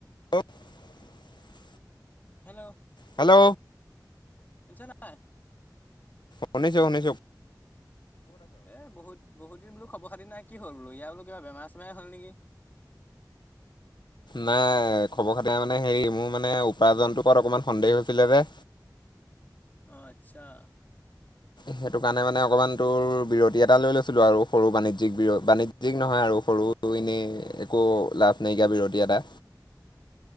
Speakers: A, on the left; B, on the left.
A: <unintelligible>
B: হেল্লৌ!
A: হেল্লৌ!
B: শুনিছা নাই?
A: শুনিছোঁ শুনিছোঁ।
B: এই বহুত বহুত দিন বো খবৰ খাতি নাই কি হ'ল বোলো ইয়া বোলো কিবা বেমাৰ চেমাৰ হ'ল নেকি?
A: নাই খবৰ খাতিৰ মানে হেৰি মোৰ মানে উপাৰ্জনটোৰ ওৰত অকমান সন্দেহ হৈছিলে যে।
B: অঁ আচ্ছা।
A: সেইটো কাৰণে মানে অকণমান তোৰ বিৰতি এটা লৈ লৈছিলোঁ আৰু সৰু বাণিজ্যিক বিৰ বাণিজ্যিক নহয় আৰু সৰু- এনেই একো লাভ নাইকিয়া বিৰতি এটা।